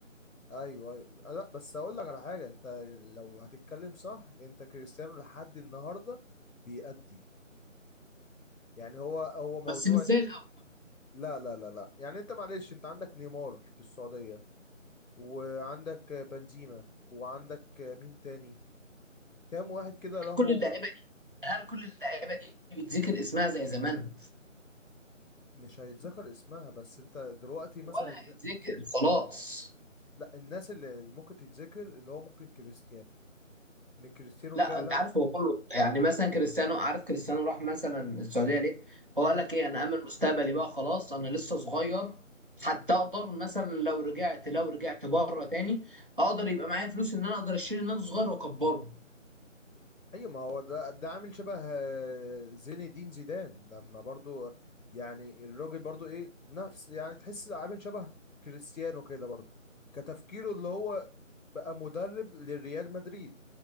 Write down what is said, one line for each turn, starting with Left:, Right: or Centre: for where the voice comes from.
Left: ايوه ايوه لا بس اقول لك على حاجه انت لو هتتكلم صح انت كريستيانو لحد النهارده بيأدي يعني هو هو موضوع
Right: بس مش زي الاول
Left: لا لا لا لا يعني انت معلش انت عندك نيمار في السعوديه وعندك بنزيما وعندك مين تاني كام واحد كده راحوا
Right: كل اللعيبة دي هل كل اللعيبة دي بيتذكر اسمها زي زمان
Left: مش هيتذكر اسمها بس انت دلوقتي مثلا
Right: ولا هيتذكر خلاص
Left: لا الناس اللي ممكن تتذكر اللي هو ممكن كريستيانو ان كريستيانو
Right: لا
Left: فعلا
Right: انت عارف هو كله يعني مثلا كريستيانو عارف كريستيانو راح مثلا السعوديه ليه؟ هو
Left: مم.
Right: قال لك ايه انا امن مستقبلي بقى خلاص انا لسه صغير
Left: مم.
Right: حتى اقدر مثلا لو رجعت لو رجعت بره تاني اقدر يبقى معايا فلوس ان انا اقدر اشيل نادي صغير واكبره
Left: ايوه ما هو ده ده عامل شبه آه، زين الدين زيدان لما برضو يعني الراجل برضو ايه نفس يعني تحس عامل شبه كريستيانو كده برضو كتفكيره اللي هو بقى مدرب للريال مدريد